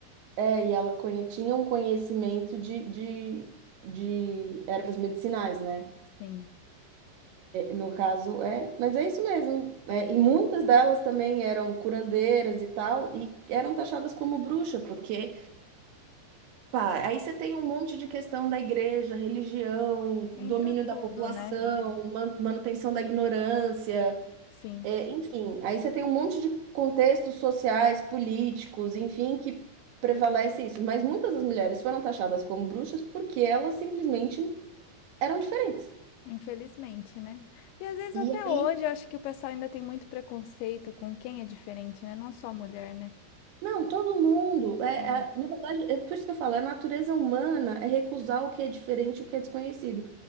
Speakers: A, on the right; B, on the left.
A: É, e ela conhe- tinha um conhecimento de, de, de ervas medicinais, né?
B: Sim.
A: No caso, é, mas é isso mesmo. É,
B: É,
A: e muitas delas também eram curandeiras e tal, e eram taxadas como bruxa, porque, pá, aí você tem um monte de questão da igreja, religião,
B: entra
A: domínio
B: tudo,
A: da população,
B: né?
A: man- manutenção da ignorância,
B: Sim.
A: é, enfim, aí você tem um monte de contextos sociais, políticos, enfim, que prevalece isso. Mas muitas das mulheres foram taxadas como bruxas porque elas simplesmente eram diferentes.
B: Infelizmente, né? E às vezes
A: E
B: até
A: aí
B: hoje eu acho que o pessoal ainda tem muito preconceito com quem é diferente, né? Não só a mulher, né?
A: Não, todo mundo. É,
B: É,
A: é- na verdade, é por isso que eu falo, a natureza humana é recusar o que é diferente, o que é desconhecido.